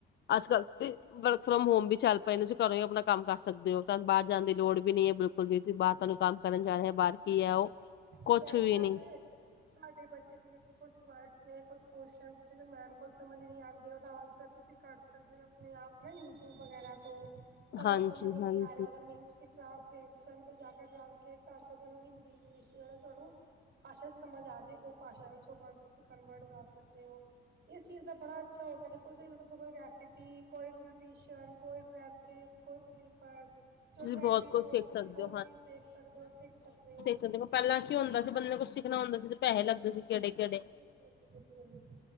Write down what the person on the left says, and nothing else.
ਅੱਜ-ਕਲ ਤੇ ਵਰਕ ਫਰੋਮ ਹੋਮ ਵੀ ਚੱਲ ਆਪਾਂ ਇਹਨਾਂ ਚ ਘਰੋਂ ਹੀ ਆਪਣਾ ਕੰਮ ਕਰ ਸਕਦੇ ਓ। ਤੁਹਾਨੂੰ ਬਾਹਰ ਜਾਣ ਦੀ ਲੋੜ ਵੀ ਨੀ ਹੈ ਬਿਲਕੁਲ ਵੀ, ਬਾਹਰ ਤੁਹਾਨੂੰ ਕੰਮ ਕਰਨ ਜਾ ਰਹੇ ਆ ਬਾਹਰ ਕੀ ਹੈ
ਉਹ ਕੁਛ
ਵੀ ਨਹੀਂ
ਹਾਂਜੀ
ਹਾਂਜੀ
ਤੁਸੀਂ
ਬਹੁਤ
ਕੁਛ
ਸਿੱਖ
ਸਕਦੇ
ਦੇਖੋ ਪਹਿਲਾਂ ਕੀ ਹੁੰਦਾ ਸੀ ਬੰਦੇ ਕੁਝ ਸਿੱਖਣਾ ਹੁੰਦਾ ਸੀ ਤਾਂ ਪੈਸੇ ਲਗਦੇ ਸੀ ਕਿਡੇ-ਕਿਡੇ